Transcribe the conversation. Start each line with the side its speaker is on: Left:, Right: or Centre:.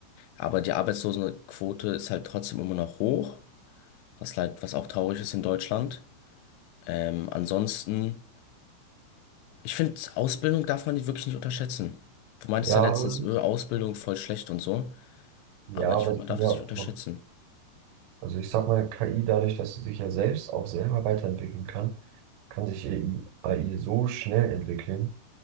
Left: Aber die Arbeitslosenquote ist halt trotzdem immer noch hoch, was leid, was auch traurig ist in Deutschland. Ähm, ansonsten, ich finde, Ausbildung darf man nicht, wirklich nicht unterschätzen. Du meintest
Right: ja,
Left: ja letztens,
Right: aber-
Left: öh, Ausbildung voll schlecht und so.
Right: ja,
Left: Aber ich
Right: aber
Left: finde,
Right: es
Left: man
Right: kann
Left: darf
Right: ja,
Left: das
Right: auch-
Left: nicht unterschätzen.
Right: machen. also ich sag mal, KI, dadurch, dass sie sich ja selbst auch selber weiterentwickeln kann, kann sich AI so schnell entwickeln